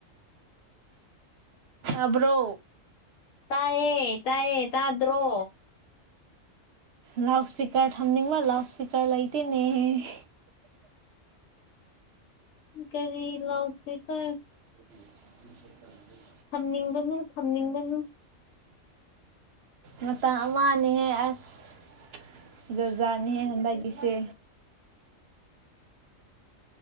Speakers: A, on the right (about 60°); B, on the left (about 80°).
A: ꯑꯕ꯭ꯔꯣ
B: ꯇꯥꯏꯌꯦꯦ ꯇꯥꯏꯌꯦ ꯇꯥꯗ꯭ꯔꯣ
A: ꯂꯥꯎꯗ ꯁꯄꯀꯔ ꯊꯝꯅꯤ ꯃꯥ ꯂꯥꯎꯠ ꯁꯄꯀꯔ ꯂꯥꯏꯇꯅꯦꯍꯦ <inaudible>
B: ꯀꯔꯤ ꯂꯥꯎ ꯁꯄꯤꯀꯔ
A: ꯎꯝ ꯎ
B: ꯊꯝꯅꯤꯡꯒꯅ ꯊꯝꯅꯤꯡꯒꯅ
A: ꯃꯇꯝ ꯑꯃꯅꯤꯍꯦ ꯑꯁ ꯖꯥꯅꯤꯍꯦ ꯍꯦꯟꯗꯁꯦ